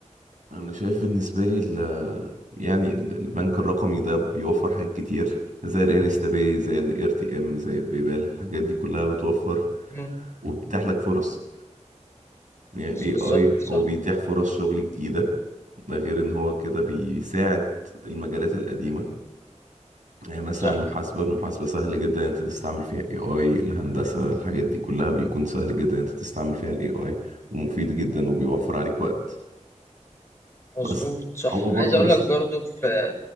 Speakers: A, on the right; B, on the left.
A: انا شايف بالنسبة لي ال... يعني ال- البنك الرقمي ده بيوفر حاجات كتير زي الانستا باي زي الار تي ام زي البيبال الحاجات دي كلها بتوفر
B: مم.
A: وبتتيح لك فرص يعني
B: بس
A: الاي
B: بالظبط
A: اي
B: صح
A: هو بيتيح فرص شغل جديدة ده غير ان هو كده بيساعد المجالات القديمة يعني مثلا
B: صح
A: المحاسبة المحاسبة سهل جدا إن انت تستعمل فيها اي اي الهندسة الحاجات دي كلها بيكون سهل جدا إن انت تستعمل فيها الاي اي ومفيد جدا وبيوفر عليك وقت بس
B: مظبوط صح
A: هو برضه
B: عايز اقول
A: لسه
B: لك برضه في